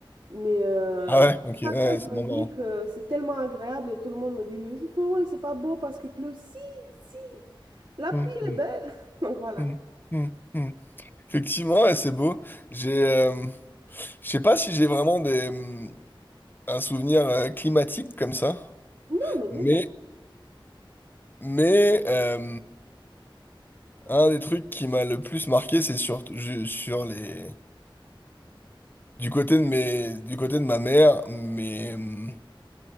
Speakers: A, on the right; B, on the left.
A: Mais, euh,
B: Ah ouais,
A: mais à
B: ok, ouais,
A: chaque
B: ouais,
A: fois, je
B: c'est
A: me
B: vraiment
A: dis
B: marrant.
A: que c'est tellement agréable et tout le monde me dit, euh, c'est faux, c'est pas beau parce qu'il pleut. Si, si, la
B: Hum,
A: pluie,
B: hum,
A: elle est belle. <laughs> Donc voilà.
B: hum, hum, hum. Effectivement, ouais, c'est beau. J'ai, euh, je sais pas si j'ai vraiment des, hum, un souvenir euh, climatique comme ça,
A: Non, mais n'importe.
B: mais, mais euh, un des trucs qui m'a le plus marqué, c'est sur, je- sur les, du côté de mes, du côté de ma mère, mais mes